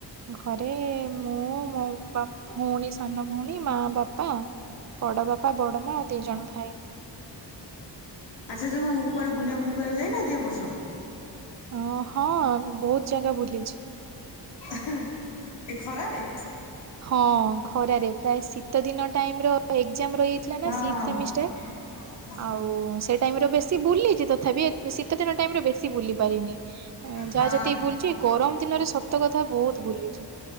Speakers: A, on the right; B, on the left.
A: ଘରେ ମୁଁ ମୋ ବାମ ଭଉଣୀ ସାନ ଭଉଣୀ ମା ବାପା ବଡ଼ ବାପା ବଡ ମା ଆଉ ଦି ଜଣ ଭାଇ।
B: ଆଚ୍ଛା ଯୋଉ କୁଆଡେ ବୁଲା ବୁଲି କରିବାକୁ ଯାଇନାନ୍ତି ଏ ବର୍ଷ?
A: ଅ ହଁ ବହୁତ ଜାଗା ବୁଲିଚି।
B: ହେଁ ଏ ଖରାରେ?
A: ହଁ ଖରାରେ ପ୍ରାୟ ଶୀତ ଦିନ ଟାଇମ ର ଏକଜାମ ରହି ଯାଇଥିଲା
B: ହଁ
A: ନା ସିକ୍ସ ସେମିଷ୍ଟାର୍
B: <unintelligible>
A: ଓ ସେ ଟାଇମରେ ବେଶୀ ବୁଲିଚି ତଥାପି ଏ ଶୀତ ଦିନ ଟାଇମରେ ବେଶୀ ବୁଲି ପାରିନି। ଏଁ ଯାହା
B: ହଁ।
A: ଯେତିକି ବୁଲିଚି ଗରମ ଦିନରେ ସତ କଥା ବହୁତ ବୁଲିଚି।